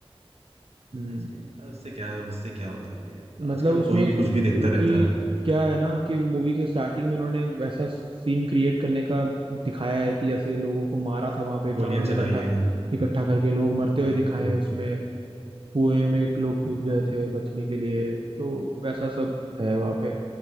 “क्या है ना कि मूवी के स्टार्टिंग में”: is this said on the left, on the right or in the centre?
Right